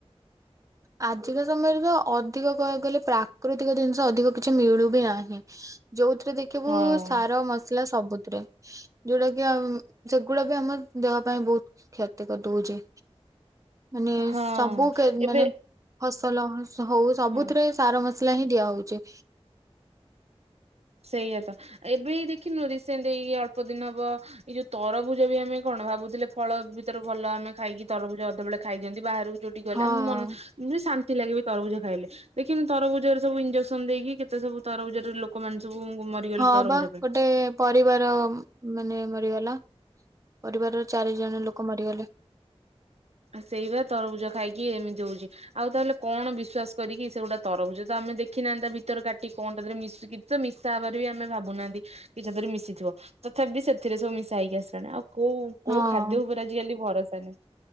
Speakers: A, on the right; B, on the right.
A: ଆଜିକା ସମୟରେ ତ ଅଧିକ କହିବାକୁ ଗଲେ ପ୍ରାକୃତିକ ଜିନିଷ ଅଧିକ କିଛି ମିଳୁ ବିି ନାହିଁ। ଯୋଉଥିରେ ଦେଖିବୁ
B: ହଁ
A: ସାର ମସଲା ସବୁଥିରେ। ଯୋଉଟା କି ଆ ସେଗୁଡା ବି ଆମ ଦେହ ପାଇଁ ବହୁତ କ୍ଷତି କରିଦଉଚି। ମାନେ
B: ହଁ
A: ସବୁ କେ ମାନେ
B: ଏବେ
A: ଫସଲ ହ ହଉ ସବୁଥିରେ
B: ହଁ।
A: ସେ ସାର ମସଲା ହିଁ ଦିଆ ହେଉଚି।
B: ସେଇଆତ। ଏବେ ଦେଖିନୁ ରିସେଣ୍ଟ୍ ଏଇ ଅଳ୍ପ ଦୀନ ହବ ଏଇ ଯୋଉ ତରଭୁଜ ବି ଆମେ କଣ ଭାବୁଥିଲେ ଫଳ ଭିତରେ ଭଲ ଆମେ ଖାଇକି ତରଭୁଜ ଅଧେବେଳେ ଖାଇ ଦିଅନ୍ତି ବାହାରକୁ ଯୋଉଠିକି ଗଲେ
A: ହଁ।
B: ଆମ ମନ ଶାନ୍ତି ଲାଗେ ବି ତରଭୁଜ ଖାଇଲେ ଦେଖିନୁ ତରଭୁଜରେ ସବୁ ଇଞଜେକ୍ସନ ଦେଇକି କେତେ ସବୁ ତରଭୁଜରେ ଲୋକ କ ମାନେ ସବୁ ମରିଗଲେ
A: ହଁ
B: ତାରବୁଜ
A: ବା
B: ପାଇଁ।
A: ଗୋଟେ ପରିବାର ମାନେ ମରିଗଲା ପରିବାରର ଚାରି ଜଣ ଲୋକ ମରିଗଲେ।
B: ଆ ସେଇ ବା ତରଭୁଜ ଖାଇକି ଏମିତି ହେଉଚି। ଆଉ ତାହେଲେ କଣ ବିଶ୍ଵାସ କରିକି ସେ ଗୋଟେ ତରଭୁଜ ତ ଆମେ ଦେଖିନାହାନ୍ତି ତା ଭିତରେ କାଟିିକି କଣ ତା ଦେରେ ମିଶିକି ତ ମିଶା ହବାର ବି ଆମେ ଭାବୁନାହାନ୍ତି କି ସେପରି ମିଶିଥିବ ତଥାପି ସେଥିରେ ସବୁ ମିଶା ହେଇକି ଆସିଲାଣି ଆଉ କୋଉ
A: ହଁ
B: କୋଉ ଖାଦ୍ୟ ଉପରେ ଆଜି କାଲି ଭରସା ନାହିଁ